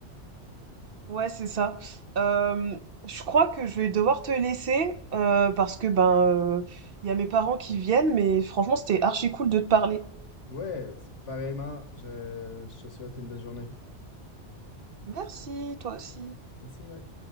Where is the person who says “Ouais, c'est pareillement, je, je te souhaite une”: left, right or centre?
Left